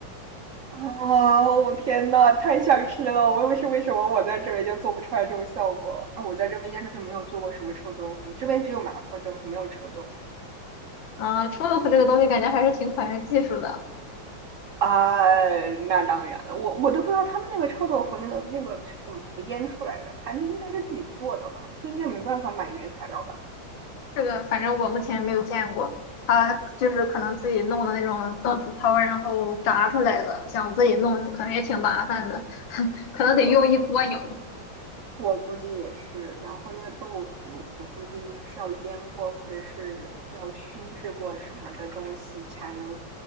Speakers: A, on the right; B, on the left.
A: 哦，天呐，太想吃了！我为是为什么我在这边就做不出来这种效果？啊，我在这边压根就没有做过什么臭豆腐，这边只有麻婆豆腐，没有臭豆腐。
B: 啊、臭豆腐这个东西感觉还是挺考验技术的，
A: 啊，那当然了，我我都不知道他们那个臭豆腐那个那个是怎么怎么腌出来的，他们应该是自己做的吧？这个应该没办法买原材料吧？
B: 这个反正我目前没有见过。它就是可能自己弄的那种豆腐泡儿然后炸出来的，想自己弄可能也挺麻烦的，<laughs> 可能得用一锅油。
A: 我我估计也是。然后那个豆腐，我估计应该是要腌过，或者是要熏制过什么的东西，才能